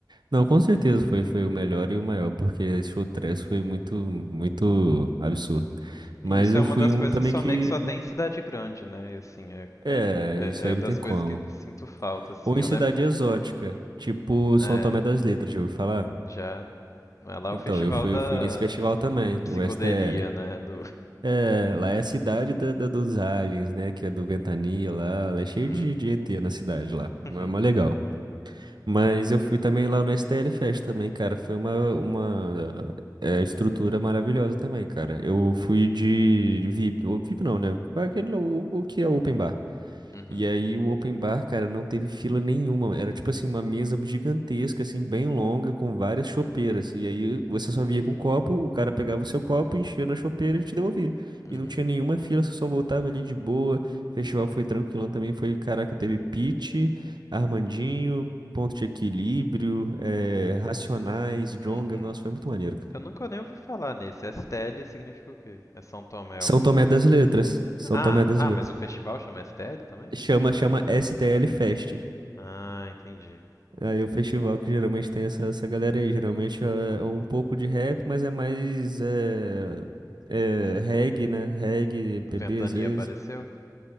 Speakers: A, on the right (about 80°); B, on the left (about 45°).
A: Não, com
B: E,
A: certeza foi, foi o melhor e o maior, porque esse show trash foi muito, muito absurdo. Mas
B: e isso
A: eu
B: é uma
A: fui
B: das
A: em um
B: coisas
A: também
B: que só
A: que
B: meio que só tem em cidade grande, né? E, assim, é,
A: É,
B: é, é-
A: isso aí
B: é das
A: não tem como.
B: coisas que sinto falta, assim.
A: Ou em
B: Eu
A: cidade
B: lembro
A: exótica,
B: que
A: tipo São
B: é,
A: Tomé das Letras, já ouviu falar?
B: já é lá
A: Então,
B: o festival
A: eu fui,
B: da
A: eu fui nesse festival também,
B: psicodelia,
A: o STL.
B: né? Do...
A: É, lá é a cidade da, da- dos aliens, né? Que é do Ventania lá. Lá é
B: Uhum.
A: cheio de, de ET na cidade lá. É
B: <laughs>
A: mó legal. Mas eu fui também lá no STL Fest também, cara. Foi uma, uma é, estrutura maravilhosa também, cara. Eu fui de VIP. O VIP não, né? Qual é Aquele, o, o que é open bar?
B: Uhum.
A: E aí o open bar, cara, não teve fila nenhuma. Era tipo assim, uma mesa gigantesca, assim, bem longa, com várias chopeiras. E aí você só via com um copo, o cara pegava o seu copo, enchia na chopeira e te devolvia.
B: Uhum.
A: E não tinha nenhuma fila, você só voltava ali de boa. O festival foi tranquilão também, foi, caraca, teve Pitty, Armandinho, Ponto de Equilíbrio, eh, Racionais, Djonga.
B: Uhum.
A: Nossa, foi muito maneiro. cara.
B: Eu nunca nem ouvi falar nesse. STL significa o quê? É São Tomé
A: São
B: alguma
A: Tomé
B: coisa?
A: das Letras. São
B: Ah,
A: Tomé das
B: ah,
A: Letras.
B: mas o festival chama STL também?
A: Chama, chama STL Fest.
B: Ah, entendi.
A: Aí o festival que geralmente tem essa, essa galera aí, geralmente é é um pouco de rap, mas é mais é, é, reggae, né? Reggae, MPB
B: Ventania
A: às vezes.
B: apareceu?